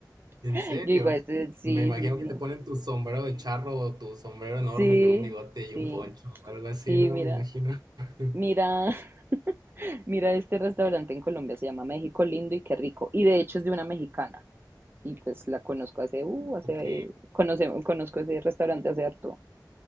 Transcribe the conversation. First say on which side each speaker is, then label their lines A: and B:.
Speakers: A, on the right; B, on the right.
A: ¿En
B: <laughs>
A: serio?
B: Yo digo, este, sí,
A: Me imagino
B: sí, sí,
A: que te ponen tu sombrero de charro o tu sombrero enorme
B: sí,
A: con un bigote y
B: sí,
A: un poncho o algo así,
B: sí,
A: ¿no?
B: mira,
A: Me imagino. <laughs>
B: mira, <laughs> mira este restaurante en Colombia, se llama México Lindo y qué rico, y de hecho es de una mexicana. y pues la conozco hace, uh, hace,
A: Ok,
B: conocemos, conozco ese restaurante hace harto.